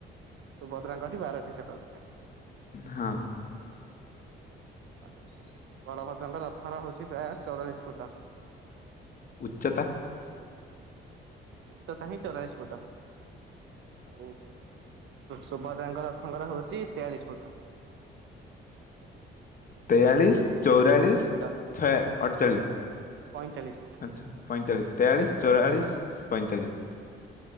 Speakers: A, on the right; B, on the left.
A: ସୁଭଦ୍ରାଙ୍କଠି ବାରଟି ଚକ ଥାଏ।
B: ହଁ।
A: ଆ ବଳଭଦ୍ରଙ୍କ ରଥର ହଉଛି ପ୍ରାୟ ଚଉରାଳିଶ ଫୁଟ।
B: ଉଚ୍ଚତା
A: ଆଉ ଉଚତା ହିଁ ଚଉରାଳିଶ ଫୁଟ। ଆଉ ସୁଭଦ୍ରାଙ୍କ ରଥଙ୍କର ହଉଛି ତେୟାଳିଶ ଫୁଟ।
B: ତେୟାଳିଶ ଚଉରାଳିଶ
A: ଫୁଟ
B: ଛ ଅଠଚାଳିଶ
A: ପଇଁଚାଳିଶ
B: ଆଚ୍ଛା ପଇଁଚାଳିଶ। ତେୟାଳିଶ ଚଉରାଳିଶ ପଇଁଚାଳିଶ।